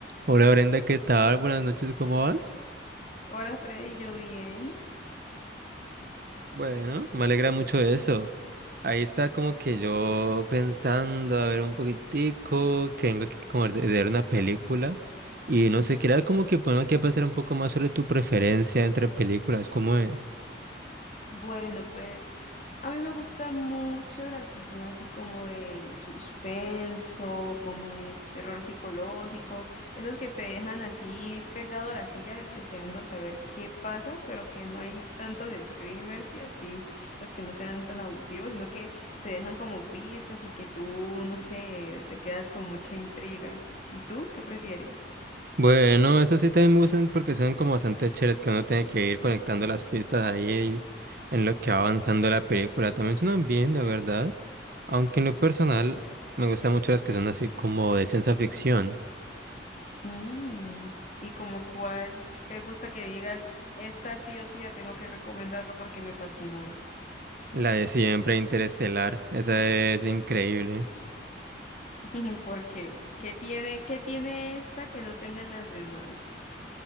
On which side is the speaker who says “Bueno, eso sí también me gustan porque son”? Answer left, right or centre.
Right